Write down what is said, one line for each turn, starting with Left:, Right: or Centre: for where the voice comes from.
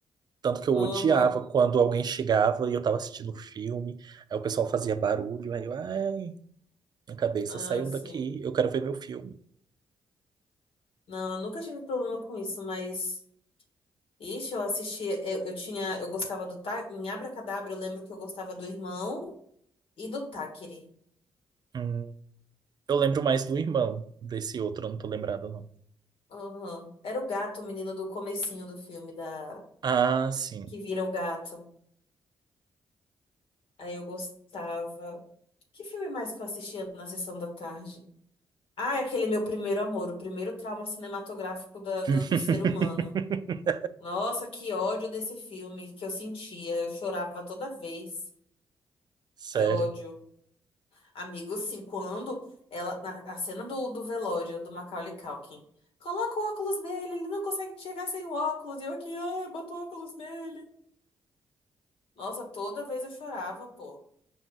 Right: Tanto que eu
Left: Uhum.
Right: odiava quando alguém chegava e eu tava assistindo o filme, aí o pessoal fazia barulho, aí eu, ai, Minha cabeça
Left: Ah,
Right: saiu
Left: sim.
Right: daqui, eu quero ver meu filme.
Left: Não, eu nunca tive problema com isso, mas. Ixi, eu assistia. Eu, eu tinha. Eu gostava do tá Em Abracadabra, eu lembro que eu gostava do irmão e do Táquere.
Right: Hum, eu lembro mais do irmão, desse outro eu não tô lembrado, não.
Left: Aham. Era o gato, o menino do comecinho do filme, da
Right: Ah, sim.
Left: que vira o gato. Aí eu gostava. Que filme mais que eu assistia na sessão da tarde? Ah, é aquele meu primeiro amor, o primeiro trauma cinematográfico da- do,
Right: <laughs>
Left: do ser humano. Nossa, que ódio desse filme que eu sentia. Eu chorava toda vez.
Right: Sério.
Left: Que ódio. Amigo, assim, quando ela, na a cena do, do velório do Macaulay Culkin, coloca o óculos nele, ele não consegue enxergar sem o óculos, e eu aqui, ai, bota o óculos nele. Nossa, toda vez eu chorava, pô.